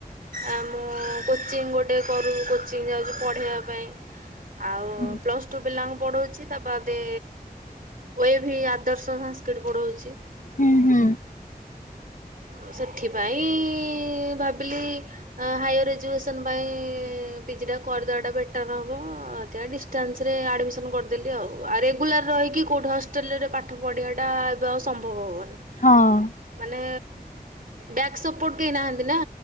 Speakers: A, on the right; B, on the left.
A: ଆ ମୁଁ କୋଚିଂ ଗୋଟେ କରୁ କୋଚିଂ ଯାଉଛି ପଢେଇବା ପାଇଁ। ଆଉ
B: ହୁଁ
A: ପ୍ଲସ୍ ଟୁ ପିଲାଙ୍କୁ ପଢ଼ଉଛି ତା ବାଦେ ଓ ଏ ଭି ଆଦର୍ଶ ସଂସ୍କୃତ ପଢଉଛି।
B: ହୁଁ ହୁଁ।
A: ଓ ସେଥିପାଇଁ ଭାବିଲି ହାୟର ଏଜୁକସନ ପାଇଁ ପିଜି ଟା କରିଦବା ଟା ବେଟର ହବ, ସେଥିପାଇଁ ଡିସ ଏଷ୍ଟାନ୍ସରେ ଆଡ଼ମିସନ୍ କରିଦେଲି ଆଉ ଆଉ ରେଗୁଲାର ରହିକି କେଉଁଠି ହଷ୍ଟେଲରେ ପାଠ ପଢ଼ିବା ଟା ଏବେ ଆଉ ସମ୍ଭବ ହବନି।
B: ହଁ।
A: ମାନେ ବ୍ୟାକ୍ ସପୋର୍ଟ କେହି ନାହାନ୍ତି ନା।